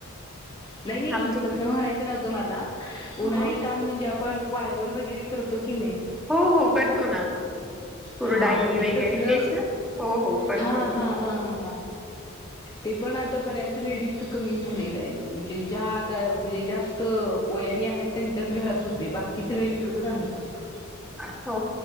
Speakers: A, on the left; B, in the centre.
A: नाही नाही
B: आमचे
A: तस म्हणायचं नव्हतं मला उन्हाळी
B: मग
A: काम म्हणजे आपण वाळवण वगैरे करतो. की नाही
B: हो हो करतो ना. कुरडाई
A: हा मग
B: वगैरे
A: ते तसलं
B: तेच ना हो हो करतो
A: हा
B: करतो
A: हा हा. ते पण आता बऱ्याच लेडीज कमी झालेलं आहे. म्हणजे ज्या आता म्हणजे जास्त वयानी आहेत त्यांच्याच घरात होते बाकी सगळे विकतच. सात.
B: हो